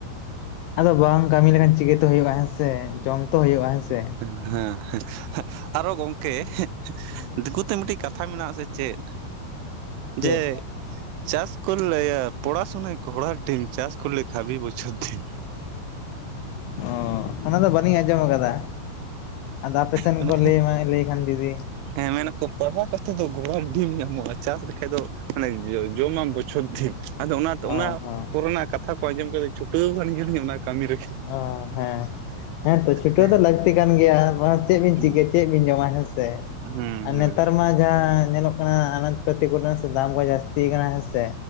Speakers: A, on the left; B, on the right.
A: ᱟᱫᱚ ᱵᱟᱢ ᱠᱟᱹᱢᱤ ᱞᱮᱠᱷᱟᱱ ᱪᱤᱠᱟᱹᱛᱮ ᱦᱩᱭᱩᱜᱼᱟ ᱦᱮᱸ ᱥᱮ ᱡᱚᱢ ᱛᱚ ᱦᱩᱭᱩᱜᱼᱟ ᱦᱮᱸ ᱥᱮ
B: ᱦᱮᱸ ᱦᱮᱸ ᱟᱨᱚ ᱜᱚᱝᱠᱮ <unintelligible>
A: ᱦᱩᱸ
B: <unintelligible> ᱢᱤᱫᱴᱤᱡ ᱠᱟᱛᱷᱟ ᱢᱮᱱᱟᱜᱟ ᱥᱮ ᱪᱮᱫ
A: ᱪᱮᱫ
B: ᱡᱮ ᱪᱟᱥ ᱠᱚᱨᱞᱮ ᱯᱚᱲᱟᱥᱩᱱᱟ ᱜᱷᱚᱲᱟ ᱰᱤᱢ ᱪᱟᱥ ᱠᱚᱞᱮ ᱠᱚᱨᱞᱮ ᱵᱚᱪᱷᱚᱨ ᱫᱤᱱ
A: ᱚ ᱚᱱᱟᱫᱚ ᱵᱟᱹᱞᱤᱧ ᱟᱸᱡᱚᱢ ᱟᱠᱟᱫᱟ ᱟᱫᱚ ᱟᱯᱮ ᱥᱮᱱ
B: ᱢᱟᱱᱮ
A: ᱠᱚ ᱞᱟᱹᱭ ᱞᱟᱹᱭ ᱠᱷᱟᱱ ᱡᱩᱫᱤ
B: ᱦᱮᱸ ᱢᱮᱱᱟᱠᱚ ᱯᱟᱲᱦᱟᱣ ᱠᱟᱛᱮ ᱫᱚ ᱜᱚᱲᱟ ᱰᱤᱢ ᱧᱟᱢᱚᱜᱼᱟ ᱪᱟᱥ ᱞᱮᱠᱷᱟᱡ ᱫᱚ ᱢᱟᱱᱮ ᱡᱚᱢᱟᱢ ᱵᱚᱪᱷᱚᱨ ᱫᱤᱱ ᱟᱫᱚ ᱚᱱᱟᱛᱮ
A: ᱚ ᱦᱚᱸ
B: ᱚᱱᱟ ᱠᱚᱨᱮᱱᱟᱜ ᱠᱟᱛᱷᱟ ᱠᱚ ᱟᱸᱡᱚᱢ ᱠᱟᱛᱮ ᱪᱷᱩᱴᱟᱹᱣ <unintelligible> ᱚᱱᱟ ᱠᱟᱹᱢᱤ ᱨᱮᱜᱮ
A: ᱚ ᱦᱮᱸ ᱦᱮᱸ ᱛᱚ ᱪᱷᱴᱟᱹᱣ
B: ᱦᱮᱸ
A: ᱫᱚ <unintelligible> <unintelligible> ᱠᱟᱱ ᱜᱮᱭᱟ ᱪᱮᱫ ᱵᱤᱱ
B: ᱦᱩᱸ
A: ᱪᱤᱠᱭᱟ ᱪᱮᱫ ᱵᱤᱱ ᱡᱚᱢᱟ ᱦᱮᱸᱥᱮ
B: ᱦᱩᱸ
A: ᱟᱨ
B: ᱦᱩᱸ
A: ᱱᱮᱛᱟᱨ ᱢᱟ ᱡᱟᱦᱟᱸ ᱧᱮᱞᱚᱜ ᱠᱟᱱᱟ ᱟᱱᱟᱡ ᱯᱟᱛᱤ ᱠᱚᱨᱮ ᱥᱮ ᱫᱟᱢ ᱠᱚ ᱡᱟᱹᱥᱛᱤ ᱠᱟᱱᱟ ᱦᱮᱸ ᱥᱮ